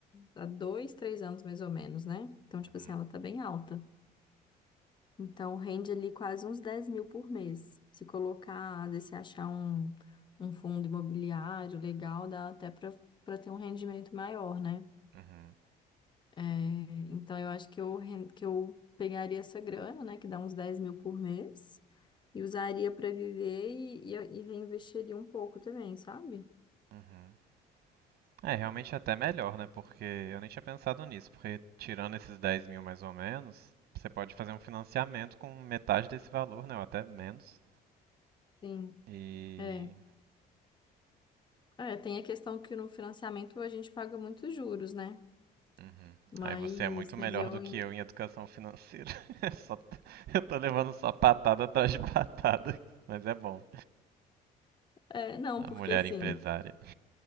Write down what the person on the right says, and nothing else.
Uhum.
Uhum,
uhum. É, realmente é até melhor, né? Porque eu nem tinha pensado nisso. Porque tirando esses 10 mil mais ou menos, você pode fazer um financiamento com metade desse valor, né? Ou até menos.
E
Uhum.
Aí você é muito
melhor
do que
eu em educação financeira. <laughs> É só- Eu tô levando só patada atrás de patada, mas é bom.
A
mulher
empresária.